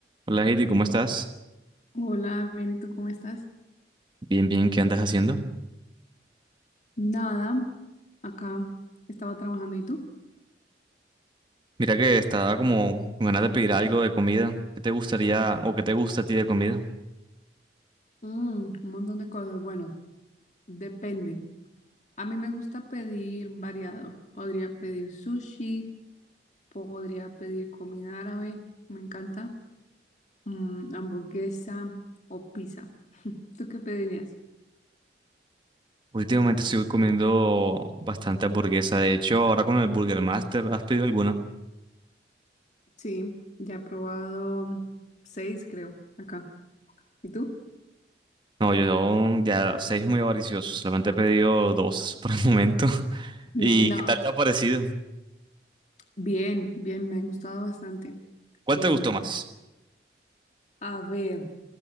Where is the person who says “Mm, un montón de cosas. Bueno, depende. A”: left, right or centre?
Left